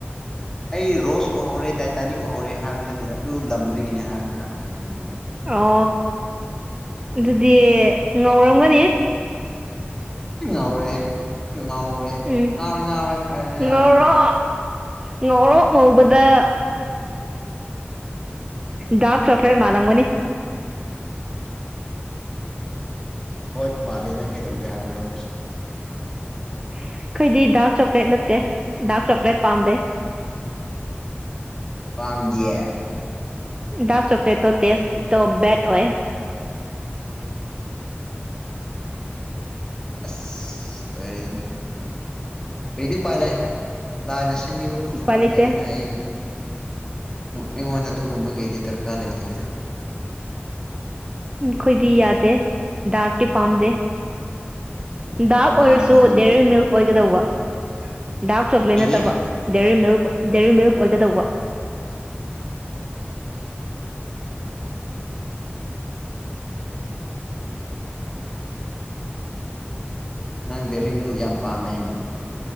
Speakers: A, on the left; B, on the right.
A: ꯑꯩ ꯔꯣꯁ ꯎꯍꯧꯔꯦ ꯇꯥꯏꯇꯥꯅꯤꯛ ꯎꯍꯧꯔꯦ ꯍꯥꯏꯕꯗꯤ ꯅꯠꯇꯦꯅ ꯑꯗꯨ ꯂꯝꯗꯒꯤꯅꯦ ꯍꯥꯏꯕ ꯉꯥꯛꯇ
B: ꯑꯣ ꯑꯗꯨꯗꯤ ꯉꯧꯔꯝꯒꯅꯤ
A: ꯏ ꯉꯎꯦ ꯏ ꯉꯥꯎꯦ
B: ꯎꯝ
A: ꯉ ꯉꯦꯅꯤ
B: ꯉꯧꯔꯣ ꯉꯧꯔꯣ ꯉꯧꯕꯗ ꯗꯔꯛ ꯆꯣꯀ꯭ꯂꯦꯠ ꯃꯥꯅꯂꯝꯒꯅꯤ
A: ꯍꯣꯏ ꯃꯥꯂꯦ ꯅꯪ ꯀꯩꯗꯧꯒꯦ ꯍꯥꯏꯕ꯭ꯔꯣ
B: ꯑꯩꯈꯣꯏꯗꯤ ꯗꯥꯛ ꯆꯣꯀ꯭ꯂꯦꯠ ꯅꯠꯇꯦ ꯗꯥꯛ ꯆꯣꯀ꯭ꯂꯦꯠ ꯄꯥꯝꯗꯦ
A: ꯄꯥꯝ ꯗ
B: ꯗꯥꯀ ꯆꯥꯛꯀꯂꯦꯠꯇ ꯇꯦꯁ ꯇꯣ ꯦꯠ ꯑꯣꯏ
A: ꯑꯁ ꯂꯣꯏꯔꯦꯗꯅꯗꯤ ꯀꯩꯗꯤ ꯄꯥꯏ ꯂꯩ ꯂꯥꯏꯅ ꯁꯦꯝꯕꯤꯕ ꯀꯨꯆꯨ
B: ꯎꯄꯥꯏ
A: ꯀꯨꯝꯃꯦꯅꯤꯅ
B: ꯂꯩꯇꯦ
A: ꯑꯩ ꯑꯩꯉꯣꯟꯗ ꯑꯗꯨꯒꯨꯝꯕꯒꯤꯗꯤ ꯗꯔꯀꯥꯔ ꯂꯩꯇꯦꯗ
B: ꯎ ꯈꯣꯏꯗꯤ ꯌꯥꯗꯦ ꯗꯥꯛ ꯇꯤ ꯄꯝꯗꯦ ꯗꯥꯛ ꯑꯣꯏꯔꯁꯨ
A: ꯄꯥꯝꯗꯤꯌꯦ
B: ꯗꯦꯔꯤꯔꯤ ꯃꯤꯜꯛ ꯑꯣꯏꯒꯗꯧꯕ ꯗꯥꯔꯛ ꯆꯣꯀ꯭ꯂꯦꯠ
A: ꯑꯩꯌꯥ
B: ꯅꯠꯇꯕ ꯗꯦꯔꯤ ꯃꯤꯜꯛ ꯗꯦꯔꯤ ꯃꯤꯜꯛ ꯑꯣꯏꯒꯗꯧꯕ
A: ꯅꯪ ꯗꯦꯔꯤ ꯃꯤꯨꯛ ꯌꯥꯝ ꯄꯥꯝꯃꯦ